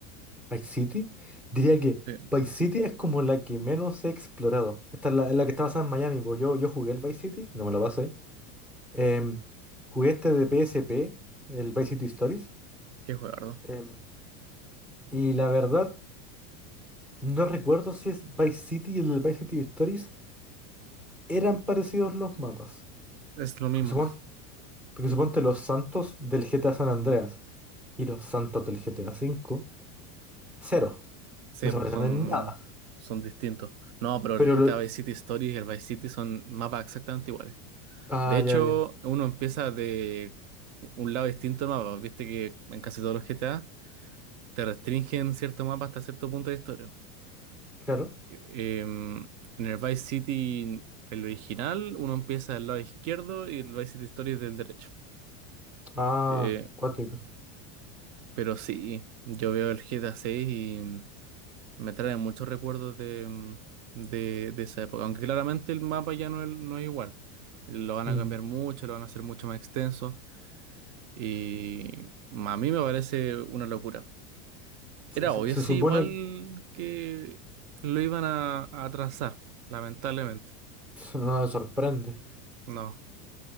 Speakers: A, in the centre; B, on the right.
A: Vice City, diría que
B: Sí,
A: Vice City es como la que menos he explorado. Esta es la, la que está basada en Miami, porque yo, yo jugué el Vice City, no me lo pasé. Em, jugué este de PSP, el Vice City Stories.
B: qué juego,
A: em, y la verdad... No recuerdo si es Vice City y el de Vice City Stories eran parecidos los mapas.
B: Es lo mismo.
A: Porque, supon- porque suponte los santos del GTA San Andreas y los santos del GTA V, cero.
B: Sí,
A: No se
B: pues
A: parecen
B: son,
A: en nada.
B: son distintos. No, pero
A: Pero
B: el GTA
A: lo-
B: Vice City Stories y el Vice City son mapas exactamente iguales.
A: Ah,
B: De hecho,
A: ya, ya.
B: uno empieza de un lado distinto al mapa. Viste que en casi todos los GTA te restringen cierto mapa hasta cierto punto de historia.
A: Claro.
B: Eh, en el Vice City, el original, uno empieza del lado izquierdo y el Vice City Story es del derecho.
A: Ah,
B: Eh,
A: cuático.
B: pero sí, yo veo el GTA 6 y me trae muchos recuerdos de, mm, de, de esa época. Aunque claramente el mapa ya no es, no es igual. Lo van
A: Mm.
B: a cambiar mucho, lo van a hacer mucho más extenso. Y a mí me parece una locura. Era
A: Se, se-
B: obvio,
A: se
B: sí,
A: supone...
B: igual que lo iban a, a atrasar, lamentablemente.
A: <laughs> No me sorprende.
B: No,